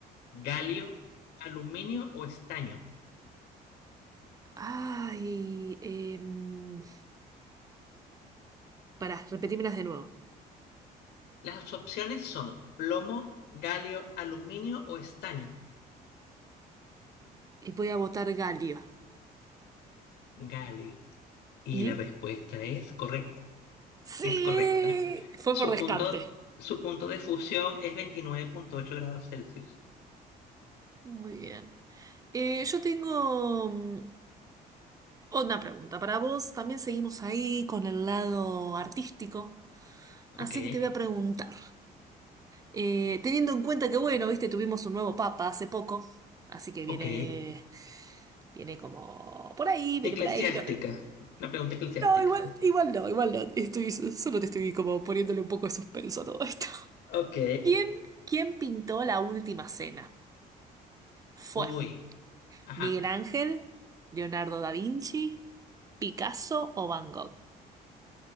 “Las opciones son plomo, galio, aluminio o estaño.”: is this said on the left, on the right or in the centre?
Left